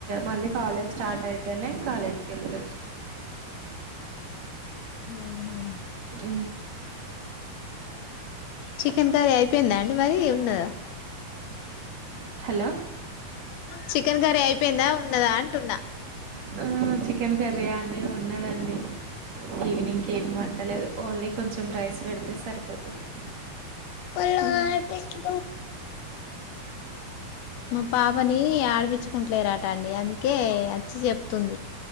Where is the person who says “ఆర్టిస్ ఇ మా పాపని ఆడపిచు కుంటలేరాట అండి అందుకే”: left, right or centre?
Left